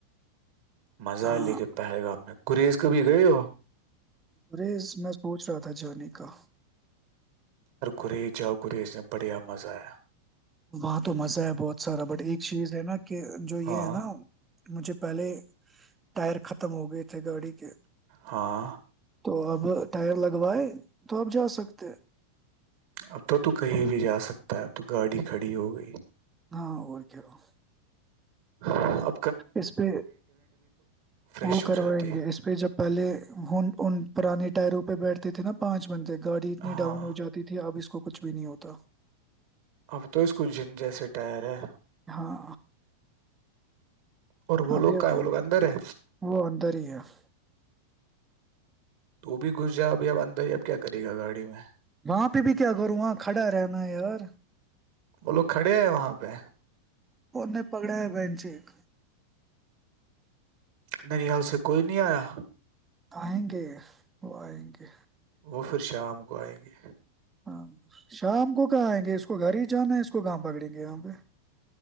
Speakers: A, on the right (about 50°); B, on the right (about 15°).
A: مزہ
B: ہاں
A: ہے لیکن پہلگام میں گریز کبھی گئے ہو
B: گریز میں سوچ رہا تھا جانے کا
A: گریز جاؤ گریز میں بڑھیا مزہ ہے
B: وہاں تو مزہ ہے بہت سارا بٹ ایک چیز ہے نا کہ جو
A: ہاں
B: یہ ہے نا مجھے پہلے ٹائر ختم ہو گئے تھے گاڑی کے
A: ہاں
B: تو اب ٹائر لگوائے تو آپ جا سکتے
A: اب تو تو کہیں بھی جا سکتا ہے اب تو گاڑی کھڑی ہو گئی
B: ہاں اور کیا ہو
A: ا
B: اس پہ
A: فریش
B: وہ
A: ہو
B: کروائیں
A: جاتی
B: گے اس پہ جب پہلے ان پرانے ٹائروں پہ بیٹھتے تھے نہ پچ بند گاڑی اتنی
A: ہاں
B: ڈاؤن ہو جاتی تھی اب اس کو کو کچھ بھی نہیں ہوتا
A: اب تو اس کو جن جیسے ٹائر ہے
B: ہاں
A: اور وہ لوگ
B: اب یہ
A: کا ہے وہ لوگ اندر ہے
B: وہ اندر ہی ہے
A: تو بھی گھس جا ابھی اب اندر ہی اب کیا کرے گا گاڑی میں
B: وہاں پہ بھی کیا کروں وہاں کھڑا رہنا یار
A: وہ لو کھڑے ہیں وہاں پہ
B: اور نے پکڑا ہے بینچ ایک
A: نریال سے کوئی نہیں آیا
B: آئیں گے وہ آئیں گے
A: وہ پھر شام کو آئیں گے
B: ہاں شام کو کہ آئیں گے اس کو گھر ہی جانا ہے اس کو گؤ پکڑیں گے یہاں پہ